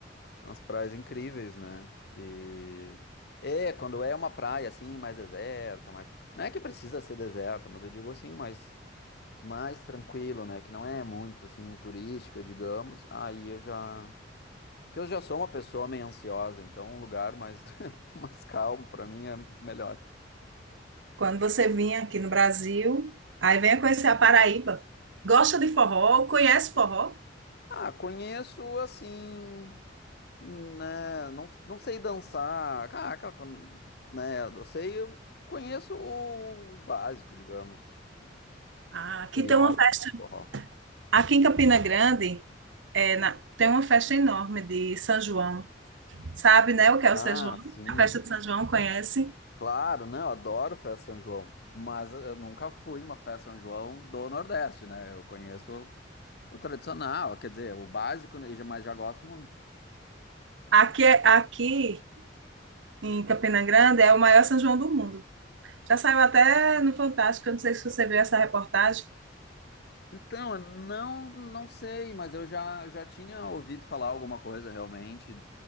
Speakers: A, on the left; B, on the right.
A: umas praias incríveis, né? E é, quando é uma praia assim, mais deserta, mais não é que precisa ser deserta, mas eu digo assim, mais mais tranquilo, né, que não é muito assim turística, digamos. Aí eu já que eu já sou uma pessoa meio ansiosa, então um lugar mais, <laughs> mais calmo pra mim é melhor.
B: Quando você vinha aqui no Brasil, aí venha conhecer a Paraíba. Gosta de forró? Conhece forró?
A: Ah, conheço assim, né? Não, não sei dançar. Ah, aquela con- né? Eu sei, eu conheço o básico, digamos, o
B: Ah, aqui
A: estereótipo
B: tem uma festa.
A: do forró.
B: Aqui em Campina Grande é na- tem uma festa enorme de São João. Sabe, né, o que é
A: Ah,
B: o São João?
A: sim.
B: A festa de São João, conhece?
A: Claro, né? Eu adoro festa São João, mas eu nunca fui em uma festa São João do Nordeste, né? Eu conheço o tradicional, quer dizer, o básico, né, mas já gosto muito.
B: Aqui, é- aqui em Campina Grande é o maior São João do mundo. Já saiu até no Fantástico, eu não sei se você viu essa reportagem.
A: Então, eu não, não sei, mas eu já, já tinha ouvido falar alguma coisa realmente